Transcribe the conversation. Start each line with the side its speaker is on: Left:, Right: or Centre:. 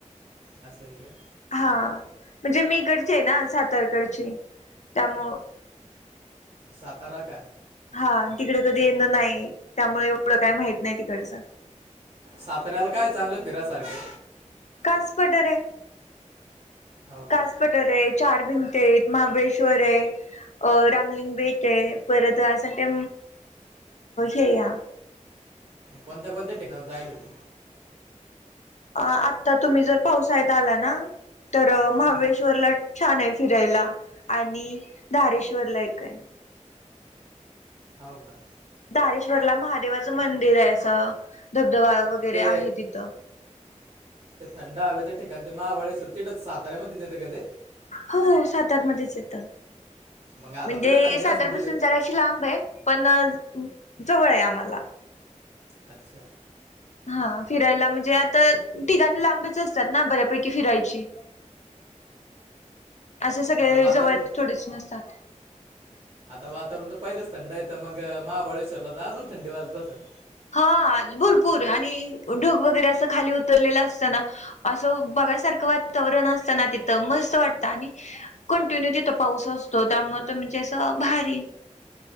Right: असं आहे का?
Left: हा म्हणजे मीकडचे आहे ना सातारकडचे त्यामु
Right: सातारा का!
Left: हा तिकडे कधी येणं नाही त्यामुळे एवढं काही माहित नाही तिकडचं.
Right: सातऱ्याला काय चांगलं फिऱ्यासारखं?
Left: कास पठार आहे,
Right: हो
Left: कास
Right: का
Left: पठार! रआहे चार भिंत आहेत महाबळेश्वर आहे अ रामलिंग बेक आहे. परत अस सं ते हे आहे.
Right: कोणता कोणत्या ठिकाणावर जायल तू?
Left: अ आता तुम्ही जर पावसाळ्यात आला ना तर महाबळेश्वरला
Right: हम्म,
Left: छान आहे फिरायला आणि धारेश्वर ला एक आहे.
Right: हाव का!
Left: तारेश्वरला महादेवाचं मंदिर आहे असं धबधबा वगैरे
Right: ते
Left: आहे तिथं
Right: ते थंड हवेच ठिकाण ते महाबळेश्वर तिकडच सातऱ्यामध्ये येते का ते?
Left: हो सातारमध्येच येतं.
Right: मग आता
Left: म्हणजे
Right: तुला थंडी
Left: सातारपासून
Right: असेल तिथं
Left: जराशी लांब आहे पण जवळ आहे आम्हाला.
Right: अच्छा!
Left: हा फिरायला म्हणजे आता ठिकाणी लांबच असतात ना बऱ्या पैकी फिरायची असे सगळे
Right: आता वातावरण
Left: जवळ थोडीच नसतात.
Right: आता वातावरण तर पहिलंच थंड आहेेतं मग महाबळेश्वरला तर अजून थंडी वाजत असंन?
Left: हा भरपूर आणि ढग वगैरे असं खाली उतरलेला असत ना असं बघायसारखं वातावरण असताना तिथं मस्त वाटत आणि कंटिन्यू तिथं पाऊस असतो त्यामुळे म्हणजे असं भारी